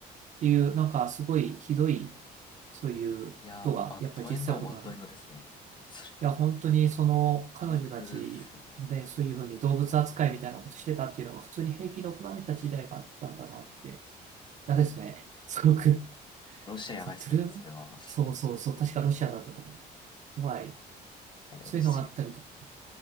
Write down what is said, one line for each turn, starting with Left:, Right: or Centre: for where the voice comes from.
Right: っていう、なんかすごいひどいそういうことが、
Left: いやーもうバッドエンドもバッドエンドですね。
Right: やっぱり実際行われる。い
Left: そ
Right: や、本当にその彼女たちもね、
Left: れは最悪ですね。
Right: そういうふうに動物扱いみたいなことしてたっていうのが普通に平気で行われた時代があったんだなって。嫌ですね。すごく。
Left: ロシアやばいっすね、
Right: そう、トゥルー、
Left: それは。
Right: そうそうそう、確かロシアだったと思う。怖い。
Left: いやでもち、
Right: そういうのがあったりとか。